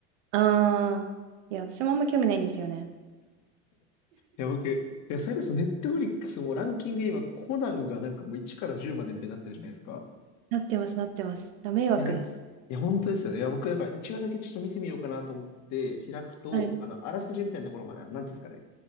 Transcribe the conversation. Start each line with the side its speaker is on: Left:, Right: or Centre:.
Right: ああー、いや、私もあんま興味ないんですよね。
Left: いや、僕、いや、それこそネットフリックスもランキング今、コナンがなんかもう1から10までみたいになってるじゃないですか。
Right: なってます、なってます。あ、迷惑です。
Left: いや、なんか、いや、本当ですよね。いや、僕、だから1話だけちょっと見てみようかなと思って開くと、
Right: はい、
Left: あの、あらすじみたいなところまで、あの、なんていうんですかね。